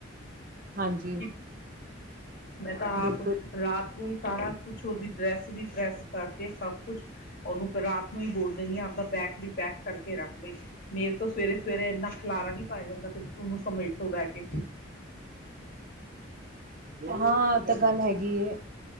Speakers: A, on the right; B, on the left.
A: ਹਾਂਜੀ
B: ਕਿ ਮੈਂ ਤਾਂ
A: ਬਿਲਕੁਲ
B: ਆਪ ਰਾਤ ਰਾ ਨੂੰ ਹੀ ਸਾਰਾ ਕੁਛ ਉਹਦੀ ਡਰੈਸ ਵੀ ਪ੍ਰੈਸ ਓਹੀ ਸਾਰਾ ਕੁਛ ਉਦੀ ਡਰੈੱਸ ਵੀ ਪ੍ਰੈਸ ਕਰਕੇ ਸਭ ਕੁਛ ਉਹਨੂੰ ਰਾਤ ਨੂੰ ਹੀ ਬੋਲ ਦੇਣੀ ਆਪਦਾ ਬੈਗ ਵੀ ਪੈਕ ਕਰਕੇ ਰੱਖ ਦਈ ਮੇਰੇ ਤੋਂ ਸਵੇਰੇ ਸਵੇਰੇ ਇੰਨਾ ਖਲਾਰਾ ਨੀ ਪਾਇਆ ਜਾਂਦਾ ਫਿਰ ਉਹਨੂੰ ਸਮੇਟੋ ਬਹਿ ਕੇ
A: ਹਾਂ ਤਾਂ ਗੱਲ ਹੈਗੀ ਹੈ